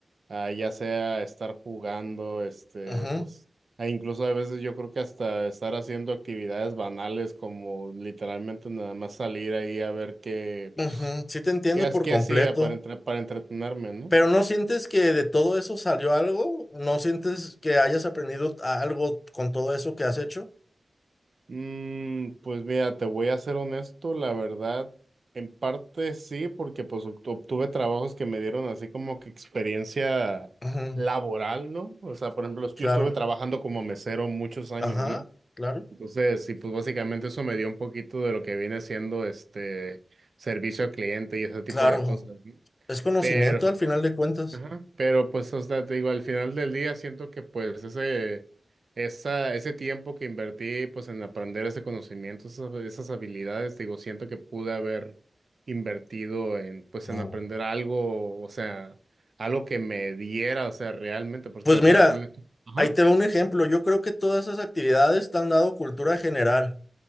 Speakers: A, on the right; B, on the left.
A: a ya sea estar jugando, este,
B: ujú,
A: pues, e incluso a veces yo creo que hasta estar haciendo actividades banales como literalmente nada más salir ahí a ver qué,
B: ujú.
A: pues,
B: Sí te entiendo
A: qué, ha-
B: por
A: qué
B: completo,
A: hacía para, entre- para entretenerme, ¿no?
B: pero ¿no sientes que de todo eso salió algo? ¿No sientes que hayas aprendido algo con todo eso que has hecho?
A: Mm, pues mira, te voy a ser honesto, la verdad, en parte sí, porque pues obt- obtuve trabajos que me dieron así como que experiencia
B: Ujú,
A: laboral, ¿no? O sea, por ejemplo,
B: claro,
A: yo estuve trabajando como mesero muchos años,
B: ajá,
A: ¿no?
B: claro.
A: Entonces, sí, pues básicamente eso me dio un poquito de lo que viene siendo este servicio al cliente y ese tipo
B: Claro,
A: de cosas, ¿no?
B: es conocimiento
A: Pero,
B: al final de cuentas.
A: Ajá, pero pues, o sea, te digo, al final del día siento que pues ese, esa, ese tiempo que invertí pues en aprender ese conocimiento, esas, esas habilidades, digo, siento que pude haber invertido en pues
B: Mm.
A: en aprender algo, o sea, algo que me diera, o sea, realmente, porque,
B: Pues
A: o
B: mira,
A: sea, ponle tú- Ajá.
B: ahí te va un ejemplo. Yo creo que todas esas actividades te han dado cultura general.